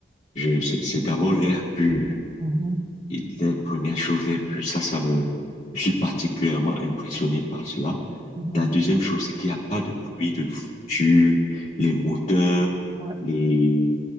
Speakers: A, on the left; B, on the right.
A: je, c'est c'est d'abord l'air pur.
B: Mhm,
A: Et les premières choses, les plus, ça, ça me, je suis particulièrement impressionné par cela.
B: mhm.
A: La deuxième chose, c'est qu'il n'y a pas de bruit de voiture, les moteurs,
B: Ouais,
A: les,